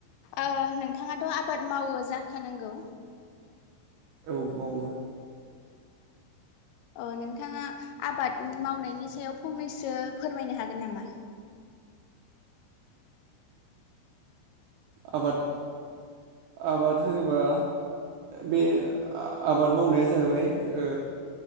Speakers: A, on the left; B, on the right.
A: ओ नोंथाङाथ' आबाद मावो जाखानांगौ।
B: औ मावो।
A: अ नोंथाङा आबाद मावनायनि सायाव फंनैसो फोरमायनो हागोन नामा?
B: आबाद आबाद होनोबा बे आबाद मावनाया जाहैबाय ओ